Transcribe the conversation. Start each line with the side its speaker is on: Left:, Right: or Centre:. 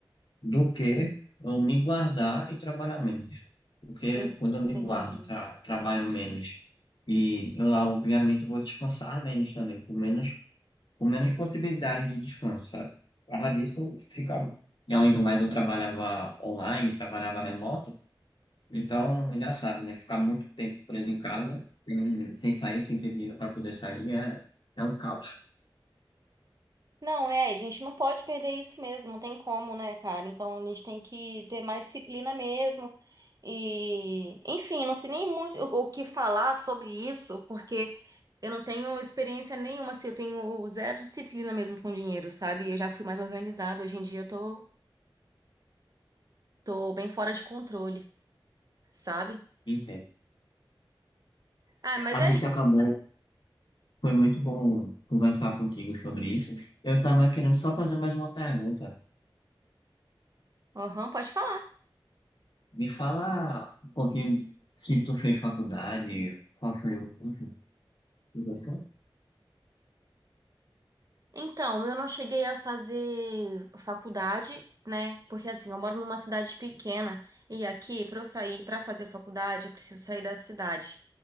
Left: do que eu me guardar e trabalhar menos. Porque
Right: Entendi.
Left: quando eu me guardo, tra trabalho menos e eu, obviamente, eu vou descansar menos também, com menos, com menos possibilidades de descanso, sabe? Por causa disso, fica. E além do mais, eu trabalhava online, trabalhava remoto. Então, já sabe, né? Ficar muito tempo preso em casa, sem, sem sair, sem ter dinheiro para poder sair, é, é um caos.
Right: Não, é, a gente não pode perder isso mesmo, não tem como, né, cara? Então a gente tem que ter mais disciplina mesmo. E, enfim, não sei nem muito o, o que falar sobre isso, porque eu não tenho experiência nenhuma, assim, eu tenho zero disciplina mesmo com dinheiro, sabe? Eu já fui mais organizada, hoje em dia eu tô, tô bem fora de controle, sabe?
Left: Entendo.
Right: Ah, mas
Left: A
Right: é
Left: gente
Right: isso.
Left: acabou, foi muito bom conversar contigo sobre isso. Eu estava querendo só fazer mais uma pergunta.
Right: Aham, pode falar.
Left: Me fala um pouquinho se tu fez faculdade, qual foi o. Enfim, tu gostou?
Right: Então, eu não cheguei a fazer faculdade, né? Porque assim, eu moro numa cidade pequena e aqui, para eu sair para fazer faculdade, eu preciso sair da cidade.